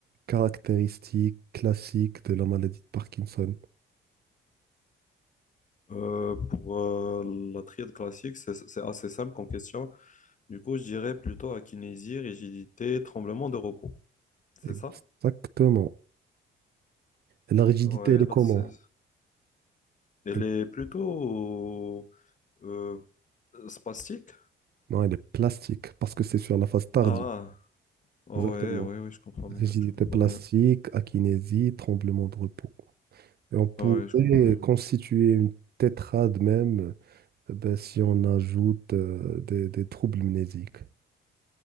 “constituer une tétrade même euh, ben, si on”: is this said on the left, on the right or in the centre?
Right